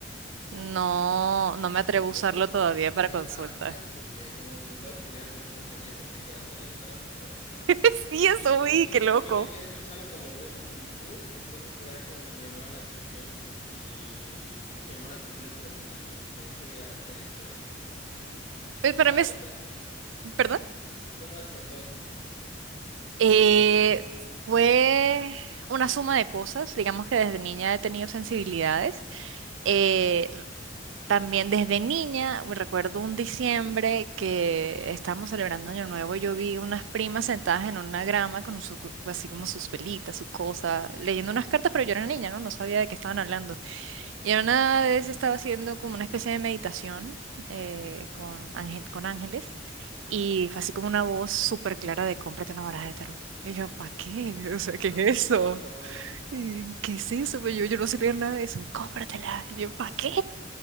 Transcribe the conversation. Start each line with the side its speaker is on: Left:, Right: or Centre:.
Right: no, no me atrevo
Left: Yo
Right: a usarlo
Left: sé cosas
Right: todavía
Left: súper
Right: para consulta.
Left: básicas porque como he intentado estudiar con esto del chat G P t que ahora te lee el tarot y todo.
Right: <laughs> Sí, eso
Left: Y,
Right: vi, qué
Left: y
Right: loco.
Left: también estoy escuchando como brujas en YouTube, entonces era como que me llamaba la atención y siempre me llamó la atención eso desde niño. De hecho, veía series sobre eso cuando era pequeño.
Right: Pero
Left: ¿Cómo
Right: para mí
Left: despertó
Right: es,
Left: en ti?
Right: ¿perdón?
Left: ¿Cómo despertó eso en ti?
Right: Eh, fue una suma de cosas. Digamos que desde niña he tenido sensibilidades eh, También desde niña, recuerdo un diciembre que estábamos celebrando Año Nuevo, yo vi unas primas sentadas en una grama con su, cu- así como sus velitas, su cosa, leyendo unas cartas, pero yo era niña, ¿no? No sabía de qué estaban hablando. Y en una vez estaba haciendo como una especie de meditación eh, con ángel, con ángeles y fue así como una voz súper clara de cómprate una baraja de tarot. Y yo, ¿para qué? <laughs> O sea,
Left: Ay,
Right: ¿qué es
Left: qué
Right: eso?
Left: loco.
Right: Y, ¿Qué es eso? Pues yo, yo no sé leer nada de eso. Cómpratela. Y yo, ¿para qué?